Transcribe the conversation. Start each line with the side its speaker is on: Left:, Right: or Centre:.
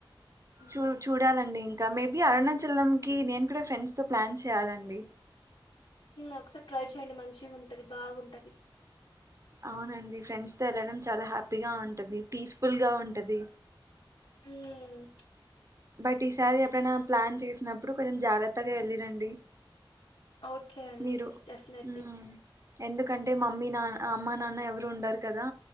Left: ఉమ్
Right: చూ చూడాలండి ఇంకా ఇంకా మేబీ అరుణాచలం కి నేను కూడా ఫ్రెండ్స్ తో ప్లాన్ చేయాలండి
Left: ఒకసారి ట్రై చె్యడి మంచిగా ఉంటది బాగుంటది
Right: అవునండి ఫ్రెండ్స్ తో వెళ్ళడం చాలా హ్యాపీగా ఉంటుంది పీస్ఫుల్ గా ఉంటది
Left: ఉమ్
Right: బట్ ఈసారి ఎప్పుడైనా ప్లాన్ చేసినప్పుడు కొంచెం జాగ్రత్తగా వెళ్ళిరండి
Left: ఓకే అండి
Right: మీరు
Left: డెఫినెట్లీ
Right: ఉమ్ ఎందుకంటే మమ్మీ నాన్న అమ్మా నాన్న ఎవరు ఉండారు కదా